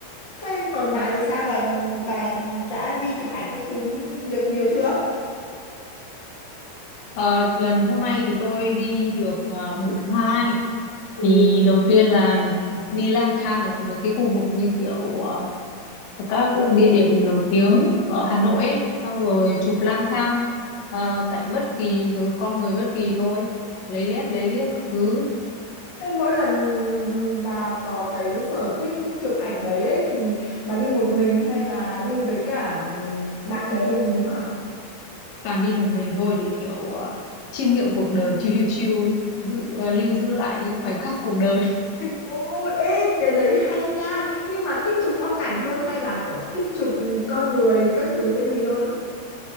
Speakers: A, on the left; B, on the left.
A: thế còn bà thì sao bà bà đã đi chụp ảnh các thứ được nhiều chưa
B: Ờ, lần hôm nay thì tôi đi được ờ, buổi thứ hai.
A: Ừ,
B: Thì đầu tiên là đi lang thang ở mấy cái khu vực như kiểu ờ, ở các cái địa điểm nổi tiếng ở Hà Nội ấy, xong rồi chụp lang thang ờ, cảnh bất kỳ rồi con người bất kỳ thôi lấy lét lấy liếc các thứ
A: Hay mỗi lần bà có cái sở thích chụp ảnh đấy ấy, thì bà đi một mình hay là đi với cả bạn bè hay gì nữa à?
B: toàn đi một mình thôi để kiểu ờ, chiêm nghiệm cuộc đời chiêu chiêu chiêu giữ, ờ, lưu giữ lại những khoảnh khắc cuộc đời <laughs>
A: Ồ, ê, cái đấy hay nha. Nhưng mà thích chụp phong cảnh hơn hay là kiểu thích chụp con người các thứ với gì hơn?